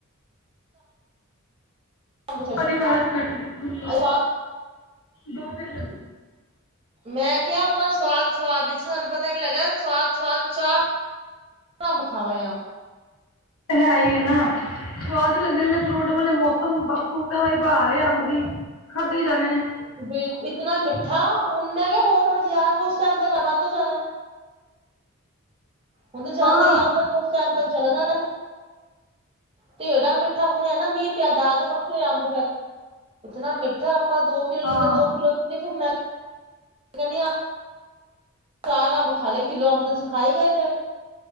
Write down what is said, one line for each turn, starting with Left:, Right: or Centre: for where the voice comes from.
Right: ਅੰਬ ਚੜ
Left: ਤੁਆਡੀ ਆਵਾਜ਼ ਕੱਟ ਰਹੀ ਏ, ਹੁਣ
Right: ਸਵਾਦ
Left: ਬੋਲੋ। ਦੋ -
Right: ਮੈਂ ਕਿਹਾ, ਆਪਾਂ ਸਵਾਦ-ਸਵਾਦ ਵਿੱਚ, ਸਾਨੂੰ ਪਤਾ ਹੀ ਨੀਂ ਲਗਿਆ, ਸਵਾਦ-ਸੁਵਾਦ ਚਾਰ ਅੰਬ ਖਾ ਗਏ ਆਂ।
Left: ਹੈ ਈ ਏ ਨਾ। ਸਵਾਦ ਹੀ ਲੱਗਦੇ ਨੇ ਫਰੂਟ ਵਾਲੇ ਮੌਸਮ ਬਾ ਫਰੂਟਾਂ ਵਾਲੀ ਬਹਾਰ ਏ ਅੰਬ ਦੀ, ਖਾਦੇੇ ਹੀ ਜਾਂਣੇ ਨੇ।
Right: ਵੇਖ, ਇਤਨਾ ਮਿੱਠਾ, ਹੁਣ ਮੈਂ ਕਿਹਾ ਹੋਰ ਹਜੇ ਆ, ਕੁਛ ਟਾਈਮ ਤੱਕ ਬੰਦ ਹੋ ਜਾਣਾ ਐ। ਹੁਣ ਤੇ ਜਾਂਦਾ
Left: ਹਾਂ
Right: ਈ ਅੰਬ। ਕੁੱਛ ਟੈਮ ਤੱਕ ਚਲਾ ਜਾਣਾ ਐ, ਤੇ ਐੜਾ ਮਿੱਠਾ ਹੁਣ ਹੈ ਨਾ ਮੀਂਹ ਪਿਆ, ਦਾਲ ਦੇ ਪੱਕੇ ਹੋਏ ਅੰਬ ਫੇਰ, ਇਤਨਾ ਮਿੱਠਾ, ਆਪਾਂ ਦੋ ਕਿਲੋ ਲਿੱਤੇ।
Left: ਹਾਂ
Right: ਦੋ ਕਿਲੋ ਸਿਰਫ ਮੈਂ <unintelligible> ਚਾਰ ਅੰਬ ਖਾ ਲਏ, ਕਿੱਲੋ ਅੰਬ ਤਾਂ ਅਸੀਂ ਖਾ ਈ ਗਏ ਫੇਰ।